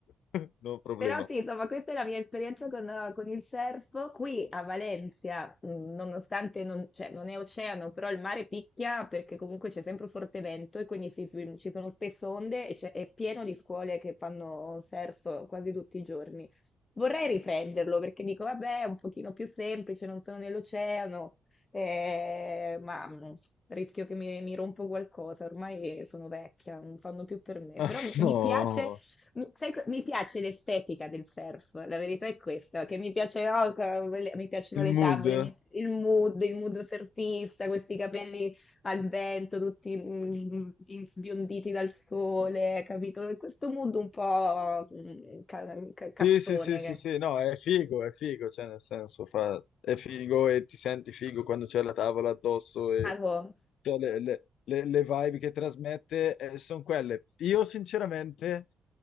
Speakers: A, on the left; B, on the left.
A: <laughs> no problema.
B: Però sì, insomma, questa è la mia esperienza con, eh, con il surf. Qui a Valencia, mh, nonostante non, cioè, non è oceano, però il mare picchia perché comunque c'è sempre forte vento e quindi si- ci sono spesso onde e c'è- è pieno di scuole che fanno surf quasi tutti i giorni. Vorrei riprenderlo perché dico, vabbè, è un pochino più semplice, non sono nell'oceano, eh, ma mh, rischio che mi, mi rompo qualcosa, ormai sono vecchia, non fanno più per me.
A: Ah,
B: Però
A: no,
B: mi piace mi, sai co- mi piace l'estetica del surf, la verità è questa, che mi piace no, co- le- mi piacciono
A: il
B: le
A: mood.
B: tavole, mi- il mood, il mood surfista, questi capelli al vento, tutti mm, in- sbionditi dal sole, capito? Questo mood un po' mm, ca- ca- cazzone.
A: Sì, sì, sì, sì,
B: che-
A: sì, no, è figo, è figo, cioè nel senso, fa... è figo e ti senti figo quando c'è la tavola addosso e
B: Ah, boh.
A: cioè, le, le- le- le vibe che trasmette sono quelle. Io sinceramente,